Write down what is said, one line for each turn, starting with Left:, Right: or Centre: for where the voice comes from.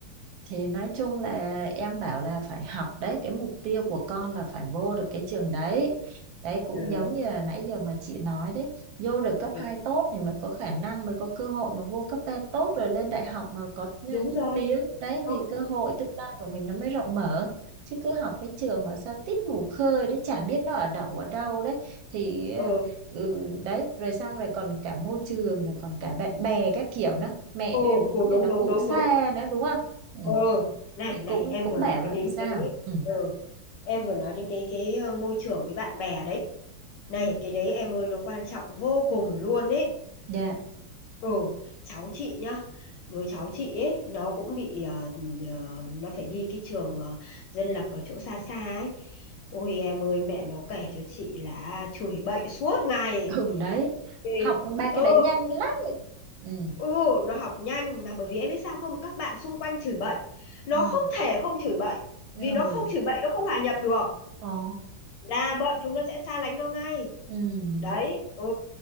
Right: thì nói chung là em bảo là phải học đấy cái mục tiêu của con là phải vô được cái trường đấy đấy cũng
Left: ừ,
Right: giống như là nãy giờ mà chị nói đấy vô được cấp 2
Left: dạ,
Right: tốt thì mới có khả năng mới có cơ hội mà vô cấp 3 tốt rồi lên đại học mà có ờ,
Left: đúng rồi
Right: tiếng đấy
Left: đúng
Right: thì cơ hội tương lai của mình nó mới rộng mở chứ cứ học cái trường mà sao tít mù khơi đấy chả biết nó ở đâu ở đâu đấy thì ờ,
Left: ừ
Right: ừ, đấy rồi xong rồi còn cả môi trường rồi còn cả bạn bè các kiểu nữa mẹ
Left: ồ
Right: đưa đón
Left: ồ đúng
Right: thì nó
Left: đúng
Right: cũng
Left: đúng
Right: xa
Left: đúng
Right: nữa đúng không Ừ
Left: ừ này
Right: thì
Left: này
Right: cũng
Left: em
Right: cũng
Left: vừa
Right: bảo
Left: nói
Right: là
Left: đến
Right: sao
Left: cái
Right: ừ
Left: ừ, em vừa nói đến cái cái ờ, môi trường với bạn bè đấy này cái đấy em ơi nó quan trọng vô cùng luôn đấy
Right: dạ
Left: ừ cháu chị nhá đứa cháu chị ấy nó cũng bị ờ, ờ, nó phải đi cái trường ờ, dân lập ở chỗ xa xa ấy ôi em ơi mẹ nó kể cho chị là chửi bậy suốt ngày
Right: <laughs> ừ đấy
Left: Ê,
Right: học ba cái
Left: ừ
Right: đấy nhanh lắm ừ
Left: Ừ, nó học nhanh mà bởi vì em biết sao không các bạn xung quanh chửi bậy nó
Right: ừ
Left: không thể không chửi bậy
Right: ừ
Left: vì nó không chửi bậy nó không hòa nhập được
Right: ồ
Left: là bọn chúng nó sẽ xa lánh nó ngay
Right: ừ
Left: đấy ừ